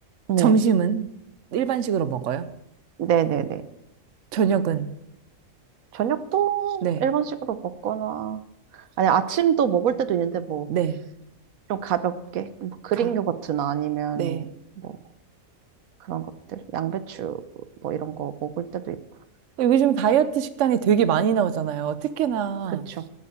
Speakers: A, on the right; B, on the right.
A: 네.
B: 점심은 일반식으로 먹어요.
A: 네네네.
B: 저녁은
A: 저녁도
B: 네,
A: 일반식으로 먹거나 아니, 아침도 먹을 때도 있는데, 뭐,
B: 네,
A: 좀 가볍게, 뭐, 그린
B: 가,
A: 요거트나 아니면,
B: 네.
A: 뭐, 그런 것들, 양배추, 뭐, 이런 거 먹을 때도 있고.
B: 요즘 다이어트 식단이 되게 많이 나오잖아요. 특히나
A: 그쵸.